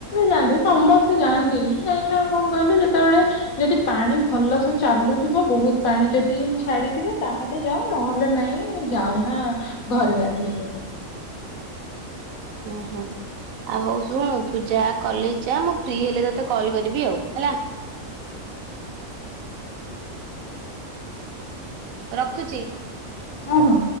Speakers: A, on the left; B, on the right.
A: ଯାଆନ୍ତି ସମସ୍ତେ ଯାଆନ୍ତିନି କାହିଁକି ନା ଆଉ କଣ କହିଲୁ ଯେତେବେଳେ ଯଦି ପାଣି ଭଲ ସେ ଚାଲୁ ଥିବ ବହୁତ ପାଣି ଯଦି ଛାଡିଥିବେ ତାହେଲେ ଯାାଉ ନହେଲେ ନାଇଁ ଯାଉନା ଘରେ ଗାଧିଏ ବୋୁ
B: ହୁଁ ହୁଁ ଆ ହଉ ଶୁଣୁ ତୁ ଯା କଲେଜ ଯା ମୁଁ ଫ୍ରି ହେଲେ ତତେ କଲ୍ କରିବି ଆଉ ହେଲା
A: ହୁଁ
B: ରଖୁଛି
A: ହଁ ହଁ